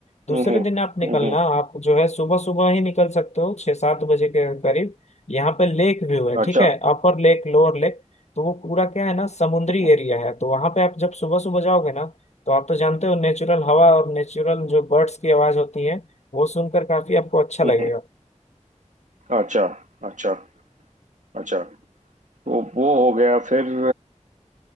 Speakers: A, on the left (about 65°); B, on the right (about 80°).
A: दूसरे
B: हम्म हम्म
A: दिन आप निकलना
B: हम्म, हम्म,
A: आप जो है सुबह सुबह ही निकल सकते हो छः सात बजे के करीब यहाँ पे लेक व्यू है
B: अच्छा
A: ठीक है अपर लेक लोअर लेक तो वो पूरा क्या है ना समुद्री
B: हम्म हम्म,
A: एरिया है तो वहां पे आप जब सुबह सुबह जाओगे ना तो आप तो जानते हो नेचुरल हवा और नेचुरल जो बर्ड्स की आवाज होती है वो सुनकर काफी आपको अच्छा लगेगा
B: हम्म, हम्म, अच्छा अच्छा अच्छा तो वो हो गया फिर